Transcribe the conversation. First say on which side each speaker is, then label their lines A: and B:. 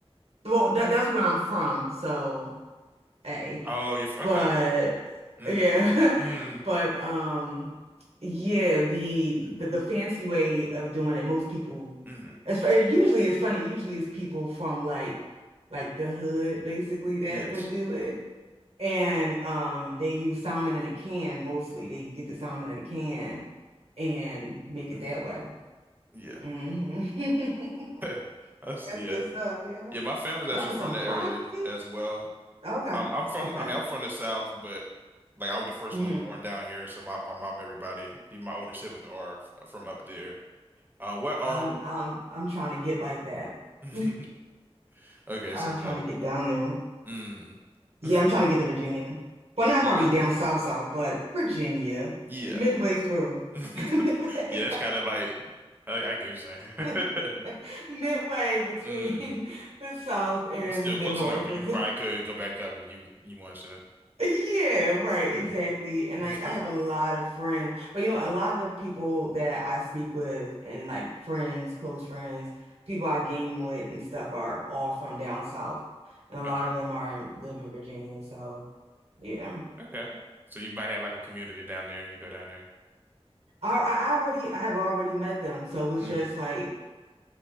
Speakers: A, on the right; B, on the right.
A: well, that that's where I'm from, so hey.
B: Oh, you're f- okay.
A: But
B: Mm-hmm.
A: yeah,
B: Mm-hmm.
A: <laughs> but um, yeah, the, the the fancy way of doing it, most people,
B: Mm-hmm.
A: it's fu- usually it's funny. Usually it's people from like like the hood basically that
B: Yes.
A: would do it, and um, they use salmon in a can mostly. They get the salmon in a can and make it
B: Mm-hmm.
A: that way.
B: Yeah.
A: hmm <laughs>
B: <laughs> I see,
A: That's good
B: yeah.
A: stuff. Yeah,
B: Yeah, my family's actually
A: that was
B: from
A: some
B: the
A: broccoli.
B: area as well.
A: Okay,
B: Um, I'm from
A: okay.
B: I mean, I'm from the South, but like I was the first
A: hmm
B: one born down here, so my, my mom, everybody, even my older siblings are from up there. Uh, what um
A: I'm I'm I'm trying to get like that.
B: <laughs>
A: <laughs>
B: okay,
A: I'm
B: so you try
A: trying
B: to
A: to get down there.
B: mm.
A: Yeah,
B: <laughs>
A: I'm trying to get to Virginia. Well,
B: Virginia,
A: not probably
B: okay.
A: down south south, but Virginia,
B: Yeah.
A: midway through.
B: <laughs>
A: <laughs> Midway,
B: Yeah, that's kind of like I, I get what you're saying.
A: <laughs>
B: <laughs>
A: midway between
B: Mm.
A: the south and
B: You still close
A: the north
B: enough where
A: is
B: you probably
A: <laughs>
B: could go back up if you you want to.
A: Yeah, right,
B: Mm.
A: exactly. And
B: <laughs>
A: like I have a lot of friends, but you know, a lot of the people that I speak with and like friends, close friends, people I game with and stuff are all from down south. And a lot
B: Okay.
A: of them are in, live in Virginia, so yeah.
B: Okay. So you might have like a community down there. You go down there.
A: I I I already I have already met them, so it was
B: Mm.
A: just like,